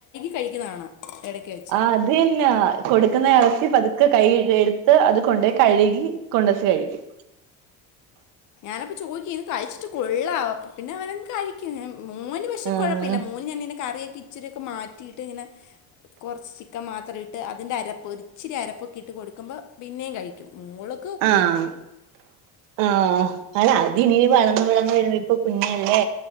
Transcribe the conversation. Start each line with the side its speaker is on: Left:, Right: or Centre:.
Left: കഴിക്കുന്ന കാണാം ഇടക്ക് വെച്ച്
Right: അതന്നാ കൊടുക്കുന്ന എറച്ചി പതു ക്കെ കൈല് എടുത്ത് അത് കൊണ്ടച്ച് കൊണ്ടച്ച് കഴിക്കും
Left: ഞാനപ്പം ചോദിക്കും ഇത് കഴിച്ചിട്ട് കൊള്ളാവൊ പിന്നെ അവന കഴിക്കും മോന് പക്ഷെ
Right: ആഹ്
Left: കൊഴപ്പല്ല മോന് ഞാങ്ങനെ കറിയോക്കേ ഇചിരി യൊക്കെ മാറ്റിയിട്ട് ഇങ്ങനെ കൊർച്ച് ചിക്കൻ മാത്ര ഇട്ട് അതിന്റെ അരപ്പ് ഒര് ഇച്ചിരി അരപ്പൊക്കെ ഇട്ട് കൊടുക്കുമ്പോ പിന്നേം കഴിക്കും മോള്
Right: ആഹ് ആഹ് ആല്ല അത് ഇനി വളർന്നു വളന്നു വരുമ്പോ ഇപ്പൊ കുഞ്ഞല്ലേ